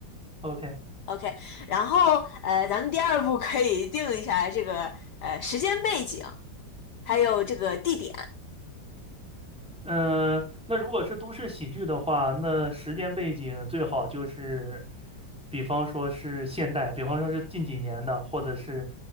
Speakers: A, in the centre; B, on the left (about 65°).
A: OK，
B: OK，然后呃，咱们第二步可以定一下这个呃时间背景，还有这个地点。
A: 嗯，那如果是都市喜剧的话，那时间背景最好就是，比方说是现代，比方说是近几年的，或者是